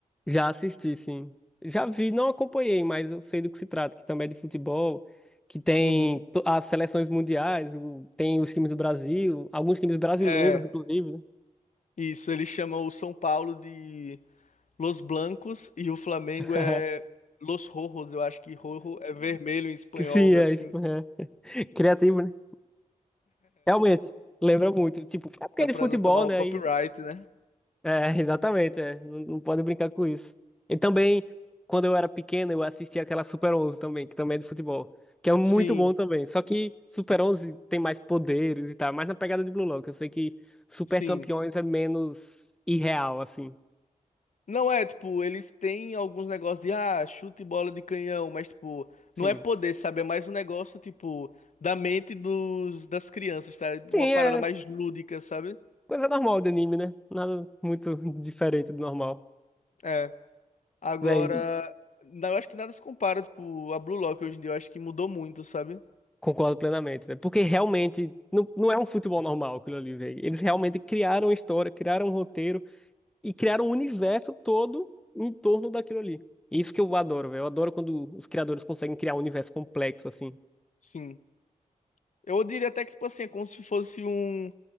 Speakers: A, in the centre; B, on the left.
A: Já assisti, sim. Já vi, não acompanhei, mas eu sei do que se trata, que também é de futebol, que tem
B: Uhum.
A: to- as seleções mundiais, o- tem os times do Brasil, alguns times brasileiros,
B: É.
A: inclusive, né?
B: Isso, ele chama o São Paulo de Los Blancos e o Flamengo
A: <laughs>
B: é Los Rojos. Eu acho que rojo é vermelho em espanhol,
A: Que sim,
B: algo
A: é
B: assim.
A: isso. é. Criativo, né? Realmente, lembra muito. Tipo, é porque
B: É
A: é
B: pra
A: de futebol,
B: não tomar
A: né?
B: o copyright, né?
A: É, <laughs> exatamente, é. Não, não pode brincar com isso. E também, quando eu era pequeno, eu assistia aquela Super 11 também, que também é de futebol, que é muito
B: Sim,
A: bom também. Só que Super 11 tem mais poderes e tal, mais na pegada de Blue Lock. Eu sei que Super
B: sim.
A: Campeões é menos irreal, assim.
B: Não é, tipo, eles têm alguns negócios de, ah, chute e bola de canhão, mas, tipo,
A: Sim.
B: não é poder, sabe? É mais um negócio, tipo, da mente dos, das crianças, tá?
A: Sim,
B: Uma parada
A: é
B: mais lúdica, sabe?
A: coisa normal de anime, né? Nada muito <laughs> diferente do normal.
B: É. Agora,
A: Véi,
B: não, eu acho que nada se compara, tipo, a Blue Lock hoje em dia. Eu acho que mudou muito, sabe?
A: concordo plenamente, velho. Porque realmente não, não é um futebol normal aquilo ali, velho. Eles realmente criaram a história, criaram um roteiro e criaram um universo todo em torno daquilo ali. Isso que eu adoro, velho. Eu adoro quando os criadores conseguem criar um universo complexo, assim.
B: Sim. Eu diria até que, tipo assim, é como se fosse um